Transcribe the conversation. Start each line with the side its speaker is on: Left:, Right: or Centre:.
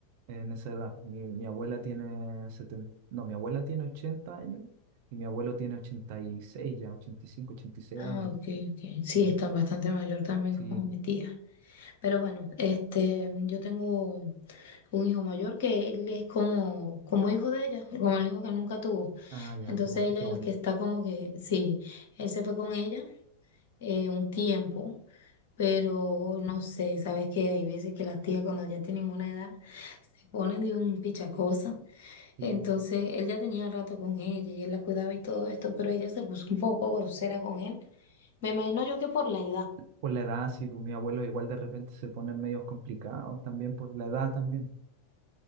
Right: en esa edad. Mi, mi abuela tiene 70, no, mi abuela tiene 80 años y mi abuelo tiene 86 ya, ochenta ochenta y cinco ochenta y seis
Left: Ah,
Right: años.
Left: ok, ok. Sí,
Right: Sí,
Left: están bastante mayor también
Right: sí.
Left: como mi tía. Pero bueno, este, yo tengo un hijo mayor que él es como, como hijo de ella, como el hijo que nunca tuvo.
Right: Ah, ya,
Left: Entonces
Right: qué bueno,
Left: él
Right: qué
Left: es
Right: bonito.
Left: el que está como que, sí, él se fue con ella eh, un tiempo, pero no sé, sabes que hay veces que las tías cuando ya tienen una edad se ponen de un pichacosa
Right: Sí.
Left: entonces él ya tenía rato con ella y él la cuidaba y todo esto, pero ella se puso un poco grosera con él. Me imagino yo que por la edad.
Right: Por la edad, sí, pues mis abuelos igual de repente se ponen medios complicados también por la edad también.